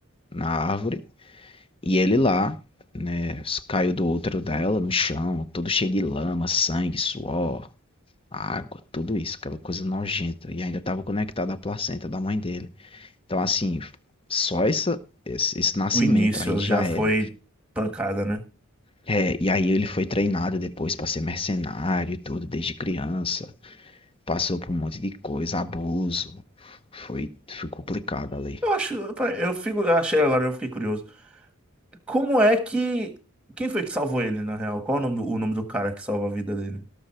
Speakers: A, on the left; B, in the centre.
A: na árvore. E ele lá, né, caiu do útero dela no chão, todo cheio de lama, sangue, suor, água, tudo isso, aquela coisa nojenta. E ainda estava conectado à placenta da mãe dele. Então, assim, só essa, esse, esse nascimento
B: O início
A: aí já
B: já foi
A: é.
B: pancada, né?
A: É, e aí ele foi treinado depois para ser mercenário e tudo, desde criança. Passou por um monte de coisa, abuso. Foi, foi complicado ali.
B: Eu acho. Eu fico, eu achei agora, eu fiquei curioso. Como é que. Quem foi que salvou ele, na real? Qual o nome, do o nome do cara que salva a vida dele?